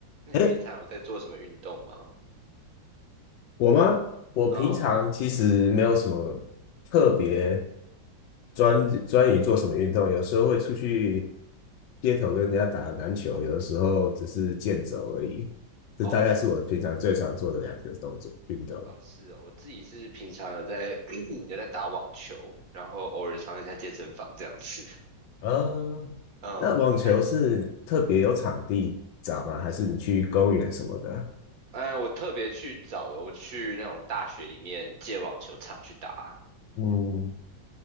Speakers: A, on the right; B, on the left.
A: 那你平常有在做什么运动吗？
B: 哎，我吗？我平常其实没有什么特别
A: 嗯，
B: 专专于做什么运动，有时候会出去街头跟人家打篮球，有的时候只是健走而已。这大概是我平常最常做的两个动作运动。
A: 哦，只是哦，是哦，我自己是平常有在 <clears throat> 有在打网球，然后偶尔上一下健身房这样子。
B: 呃，
A: 嗯，
B: 那网球是特别有场地找吗？
A: 那
B: 还是你去公园什么的？
A: 呃，我特别去找的，我去那种大学里面借网球场去打。
B: 嗯，